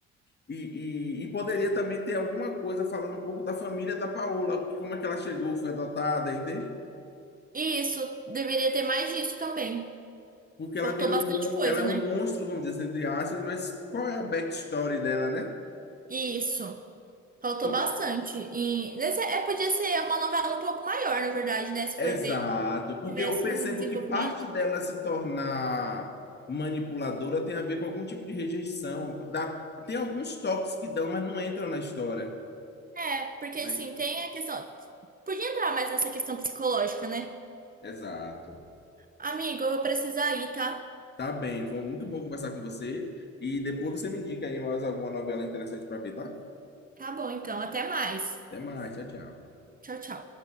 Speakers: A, on the left; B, on the right.
A: E, e, e, poderia também ter alguma coisa falando um pouco da família da Paola, como é que ela chegou, foi adotada, entende?
B: Isso, deveria ter mais disso também.
A: Porque
B: Faltou
A: ela virou
B: bastante
A: um, mon-
B: coisa,
A: ela é um
B: né?
A: monstro, vamos dizer, assim, entre aspas, mas qual é a backstory dela, né?
B: Isso. Faltou
A: Bom,
B: bastante. E nesse, é, podia ser uma novela um pouco maior, na verdade, né? Se
A: exato,
B: for ver,
A: porque
B: tivesse
A: eu percebo
B: um desenvolvimento.
A: que parte dela se tornar manipuladora tem a ver com algum tipo de rejeição. Dá, tem alguns toques que dão, mas não entram na história.
B: É, porque
A: né?
B: assim, tem a questão. Podia entrar mais nessa questão psicológica, né?
A: Exato.
B: Amigo, eu vou precisar ir, tá?
A: Tá bem, foi muito bom conversar com você. E depois você me indica aí mais alguma novela interessante para ver, tá?
B: Tá bom, então. Até mais.
A: Até mais, tchau, tchau.
B: Tchau, tchau.